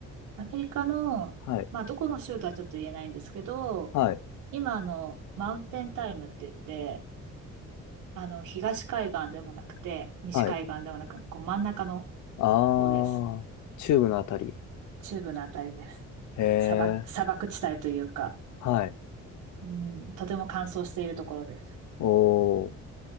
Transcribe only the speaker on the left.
はい、
はい、
はい。
ああ、
中部のあたり。
へえ、
はい。
おー、